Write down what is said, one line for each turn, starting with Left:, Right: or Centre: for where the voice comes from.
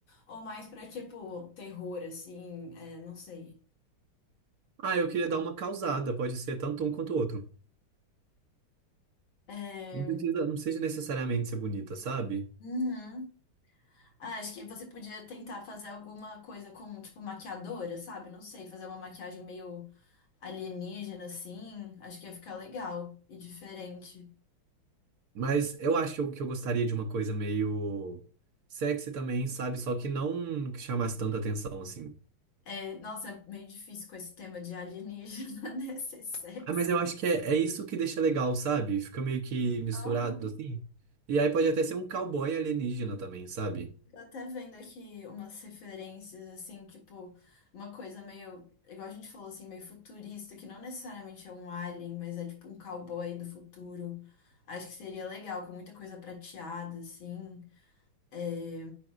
Left: ou mais pra, tipo, terror, assim, é, não sei.
Right: Ah, eu queria dar uma causada, pode ser tanto um quanto o outro.
Left: É,
Right: Não precisa, não precisa necessariamente ser bonita, sabe?
Left: uhum. Ah, acho que você podia tentar fazer alguma coisa com, tipo, maquiadora, sabe? Não sei, fazer uma maquiagem meio alienígena, assim. Acho que ia ficar legal e diferente.
Right: Mas eu acho que eu, que eu gostaria de uma coisa meio sexy também, sabe? Só que não que chamasse tanta atenção assim.
Left: É, nossa, é meio difícil com esse tema de alienígena, <laughs> né? Ser sexy.
Right: Ah, mas eu acho que é, é isso que deixa legal, sabe? Fica meio que misturado
Left: Aham.
Right: assim. E aí pode até ser um cowboy alienígena também, sabe?
Left: Tô até vendo aqui umas referências, assim, tipo, uma coisa meio, igual a gente falou, assim, meio futurista, que não necessariamente é um alien, mas é tipo um cowboy do futuro. Acho que seria legal, com muita coisa prateada, assim. É,